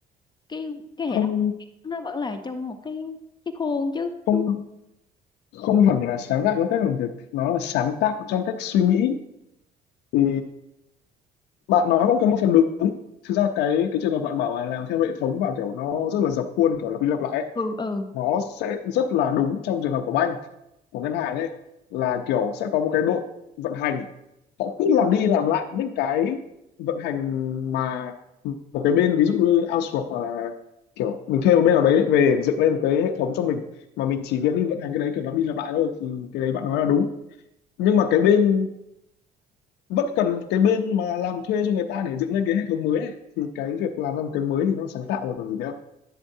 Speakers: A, on the left; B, on the left.
A: cái cái hệ
B: không
A: thống nó vẫn là trong một cái cái khuôn chứ
B: không
A: đúng không
B: không hẳn là sáng tạo trong cách làm việc nó là sáng tạo trong cách suy nghĩ thì bạn nói cũng có một phần đúng thực ra cái cái trường hợp bạn bảo là làm theo hệ thống và kiểu nó rất là dập khuôn kiểu lặp đi lặp lại ấy,
A: Ừ. ừ
B: nó sẽ rất là đúng trong trường hợp của bank của ngân hàng ấy là kiểu sẽ có một cái đội vận hành họ cứ làm đi làm lại những cái vận hành mà một cái bên ví dụ như outsource hoặc là kiểu mình thuê một bên nào đấy về dựng lên một cái hệ thống cho mình mà mình chỉ việc đi vận hành cái đấy kiểu lặp đi lặp lại thôi thì cái đấy bạn nói là đúng nhưng mà cái bên vẫn cần cái bên mà làm thuê cho người ta để dựng lên cái hệ thống mới ấy. thì cái việc làm ra một cái mới thì nó sáng tạo rồi còn gì nữa